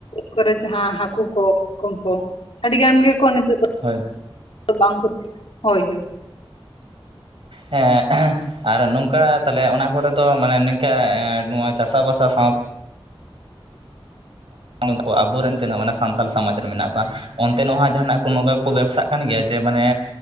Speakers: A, on the left; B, on the right.
A: ᱠᱚᱨᱮ ᱡᱟᱦᱟᱸ ᱦᱟᱹᱠᱩ ᱠᱚ ᱠᱚᱴᱠᱚᱢ ᱠᱚ ᱟᱹᱰᱤ ᱜᱟᱱ ᱜᱮᱠᱚ ᱱᱤᱛᱚᱜ ᱫᱚ᱾
B: ᱦᱳᱭ,
A: ᱵᱟᱝ ᱠᱚ <inaudible> ᱦᱳᱭ ᱦᱳᱭ,
B: ᱦᱮᱸ ᱟᱨ ᱱᱚᱝᱠᱟ ᱛᱟᱦᱚᱞᱮ ᱚᱱᱟ ᱠᱚᱨᱮ ᱫᱚ ᱢᱟᱱᱮ ᱱᱮᱝᱠᱟ ᱮ ᱱᱚᱣᱟ ᱪᱟᱥᱟᱵᱟᱥᱟ ᱥᱟᱶ ᱩᱱᱠᱩ ᱟᱵᱚᱨᱮᱱ ᱛᱤᱱᱟᱹᱢᱟᱱᱟ ᱥᱟᱱᱛᱟᱲ ᱥᱚᱢᱟᱡᱽ ᱨᱮᱱ ᱢᱮᱱᱟᱜ ᱠᱚᱣᱟ ᱚᱱᱛᱮ ᱱᱚᱣᱟ ᱡᱟᱦᱟᱱᱟᱜ ᱠᱚ ᱱᱚᱝᱠᱟ ᱠᱚ ᱵᱮᱵᱽᱥᱟᱜ ᱠᱟᱱ ᱜᱮᱭᱟ ᱡᱮ ᱢᱟᱱᱮ,